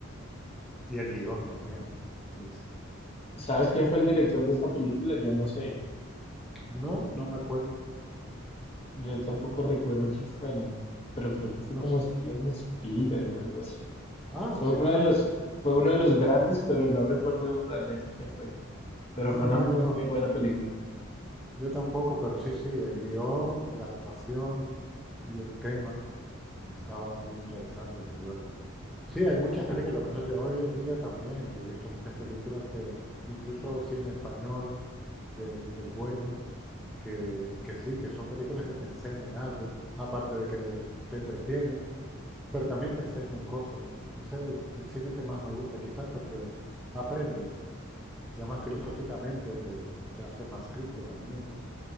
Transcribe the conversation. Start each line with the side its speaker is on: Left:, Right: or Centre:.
Centre: Y el guión también. Es...
Left: ¿Sabes quién fue el director de esa película? Yo no sé.
Centre: No, no me acuerdo.
Left: Yo tampoco recuerdo quién fue, no, pero creo que fue
Centre: No,
Left: como
Centre: s-
Left: Steven Spielberg o algo así.
Centre: ah,
Left: Fue
Centre: sí,
Left: uno de
Centre: ah,
Left: los,
Centre: n-
Left: fue uno de los grandes, pero no recuerdo realmente quién fue. Pero
Centre: ah,
Left: fue
Centre: no,
Left: una muy,
Centre: yo tampoco.
Left: muy buena película.
Centre: Yo tampoco, pero sí, sí, el guión, la actuación y el tema estaba muy interesante, desde luego. Sí, hay muchas películas, por eso digo, hoy en día también. Yo he visto muchas películas que, incluso cine español de- del bueno, que, que sí, que son películas que te enseñan algo, aparte de que te entretienen, pero también te enseñan cosas. Ese es el, el cine que más me gusta, quizás, porque aprendes y además filosóficamente te, te hace más rico también.